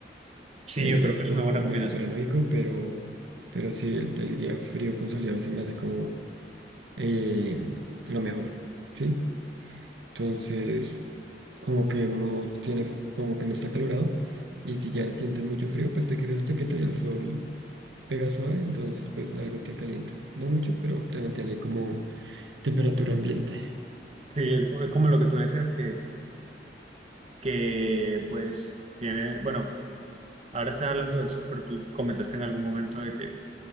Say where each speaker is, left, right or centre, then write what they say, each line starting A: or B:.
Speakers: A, on the right; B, on the right.
A: Sí,
B: Eh,
A: yo creo
B: es
A: que
B: como
A: es una buena combinación.
B: medio paranoico, pero, pero sí, el, el día frío con soleado se me hace como eh, lo mejor, ¿sí? Entonces, como que uno tiene, f- como que no está acalorado, y si ya sientes mucho frío, pues te quitas la chaqueta y el sol pega suave, entonces pues algo te calienta. No mucho, pero te mantiene como temperatura ambiente.
A: Sí, es, co- es como lo que tú decías que, que pues tiene, bueno, ahora estás hablando del sol, pero tú comentaste en algún momento de que